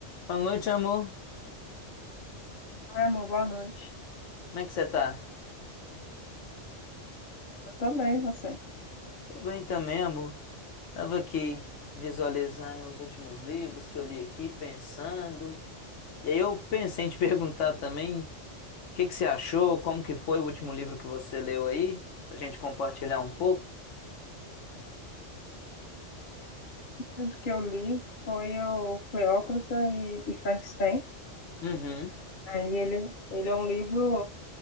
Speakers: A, on the left; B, on the left.
A: Boa noite, amor.
B: Oi, amor, boa noite.
A: Como é que você tá?
B: Eu também, você.
A: Tô bem também, amor. Tava aqui visualizando os últimos livros que eu li aqui, pensando. E aí eu pensei em te <laughs> perguntar também, o que que você achou? Como que foi o último livro que você leu aí? Pra gente compartilhar um pouco.
B: O livro que eu li foi o Cleópatra e, e Frankenstein.
A: Uhum.
B: Aí ele, ele é um livro